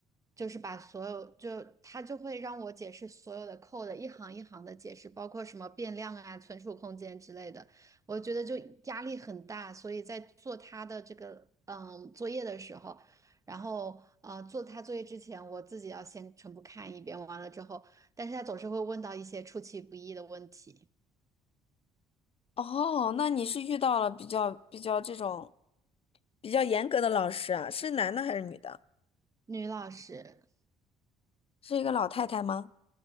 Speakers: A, on the right; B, on the left.
A: 就是把所有就他就会让我解释所有的 code 一行一行的解释，包括什么变量啊、存储空间之类的。我觉得就压力很大，所以在做他的这个嗯作业的时候，然后呃做他作业之前，我自己要先全部看一遍，完了之后，但是他总是会问到一些出其不意的问题。
B: 哦，那你是遇到了比较比较这种。比较严格的老师啊，是男的还是女的？
A: 女老师，
B: 是一个老太太吗？